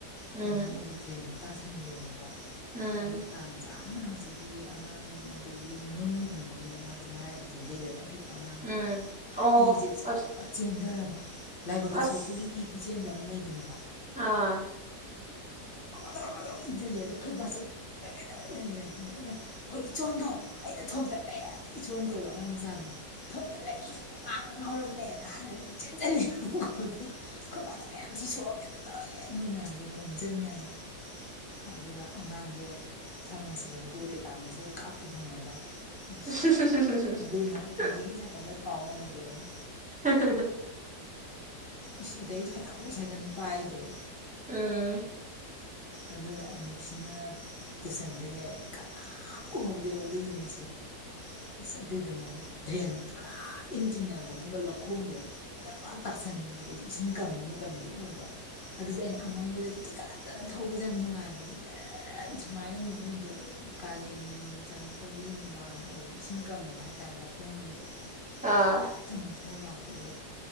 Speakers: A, in the centre; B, on the left (about 35°).
A: ꯎꯝ
B: ꯊꯣꯡꯕ ꯃꯣꯏꯒꯤ ꯗ꯭ꯔꯦꯟꯗꯣ ꯇꯥꯁꯟꯈ꯭ꯔꯦ ꯑꯃꯨꯛ ꯀꯣ
A: ꯎꯝ
B: ꯑꯗꯨ ꯇꯥꯟ ꯆꯥ ꯑꯗꯨꯅ ꯍꯧꯖꯤꯛꯀꯤ ꯑꯉꯥꯡ ꯑꯗꯨꯒꯤ ꯅꯨꯡꯒꯨꯝꯕ ꯑꯝꯗ ꯃꯥꯁꯦ ꯃꯔꯥꯏꯕꯁꯦ ꯌꯩꯔꯕ ꯑꯄꯤꯛꯄ ꯑꯉꯥꯡꯗꯣ
A: ꯎꯝ ꯑꯣ
B: ꯏꯁꯦ ꯖ꯭ꯔꯣ
A: ꯑꯁ
B: ꯆꯦꯟꯊꯔꯕ ꯂꯥꯏꯕꯛꯇ
A: ꯑꯁ
B: ꯁꯣꯛꯄꯒꯤ ꯏ ꯈꯨꯆꯦꯟꯗꯕ ꯑꯃ ꯂꯩꯕꯅꯦꯕ
A: ꯑꯥ
B: ꯗ꯭ꯔꯧꯒꯗ꯭ꯔꯧ ꯏꯟꯁꯤꯜꯂꯦꯗ ꯑꯩꯈꯣꯏ ꯕꯥꯆꯧ ꯀꯩꯗꯧꯔꯦ ꯑꯌꯦ ꯑꯗ ꯑꯩꯅ ꯍꯣꯏ ꯏꯆꯣꯟꯗꯣ ꯑꯩꯅ ꯊꯣꯝꯗꯠ ꯂꯩ ꯑꯗꯨ ꯏꯆꯣꯟ ꯀꯧꯋꯦꯕ ꯑꯉꯥꯡ ꯃꯆꯥꯗꯣ ꯊꯣꯝꯇꯠꯂꯦ ꯏꯅ ꯄꯨꯉꯥꯡ ꯉꯥꯡ ꯍꯧꯔꯕꯅꯦꯅ ꯍꯥꯏ ꯆꯦꯟꯁꯤꯜꯂꯤ ꯑꯗꯨꯒ ꯑꯩꯈꯣꯏ ꯃꯥꯅ ꯀꯌꯥꯝ ꯊꯤ ꯁꯣꯛꯑꯒꯦ ꯑꯦ ꯃꯣꯏ ꯃꯌꯥꯝꯁꯦ ꯑꯣꯖꯟꯅꯔꯦ ꯑꯗꯨꯅ ꯑꯉꯥꯡꯗꯣ ꯐꯥꯔꯃꯥꯁꯤꯗꯒ ꯄꯨꯔ ꯇꯤꯇꯥꯥꯟꯅꯁ ꯀꯥꯞꯄꯦ ꯈꯪꯉꯕ
A: ꯎ
B: ꯑꯁ ꯑꯗꯨꯃ
A: <unintelligible>
B: ꯑꯩ ꯄꯨꯟꯁꯤꯒꯤ ꯁꯥꯏꯀꯜꯗ ꯀꯥꯎ ꯉꯝꯃꯣꯏꯗꯕ ꯑꯃ
A: <unintelligible>
B: ꯏꯁ ꯑꯗꯩ ꯐꯅꯥꯃꯨ ꯁꯥꯏꯀꯜ ꯄꯥꯏꯗ꯭ꯔꯦ
A: ꯎꯝ
B: ꯑꯗꯨꯒ ꯑꯃꯨꯛꯁꯤꯅ ꯇꯨꯁꯟꯗꯣꯏꯅꯦꯕ ꯀꯅꯥꯝ ꯎꯍꯧꯗꯦꯕ ꯑꯗꯨ ꯅꯨꯃꯤꯠꯁꯦ ꯑꯁ ꯑꯗꯨꯏꯗꯨꯃꯒ ꯗ꯭ꯔꯦꯟ ꯄꯨꯔꯥ ꯏꯟ ꯆꯤꯡꯅꯕꯒꯨꯝꯕ ꯂꯧꯈꯣꯡꯗꯣ ꯑꯗ ꯄꯨꯔꯥ ꯇꯥꯁꯟꯕꯅꯦ ꯏꯁꯤꯡ ꯀꯪꯕ ꯃꯇꯝꯕꯨꯗꯤ ꯑꯣꯏꯕ ꯑꯗꯨꯁꯨ ꯑꯩꯅ ꯑꯉꯝꯕꯗꯒꯤ ꯇꯤꯀꯠ <unintelligible> ꯑꯩꯈꯣꯏꯁꯦ ꯌꯥꯝ ꯅꯨꯡꯉꯥꯏꯕꯒꯤ ꯒꯔ ꯒꯔ ꯒꯔ ꯒꯔ ꯒꯔ ꯁꯨꯃꯥꯏꯅ ꯅꯨꯡꯗ ꯀꯥꯂꯦꯟ ꯆꯪꯉꯛꯄꯒꯤ ꯅꯨꯡꯗꯥꯡꯋꯏꯔꯝ ꯑꯣꯏꯕ ꯏꯁꯤꯡ ꯀꯪꯕ ꯍꯥꯏꯇꯥꯔꯦ ꯂꯧꯈꯣꯡꯁꯤꯡꯁꯦ
A: ꯑꯥ
B: ꯇꯤꯀꯠꯇꯅ ꯊꯧ ꯂꯥꯛꯄ ꯑꯗꯨꯒ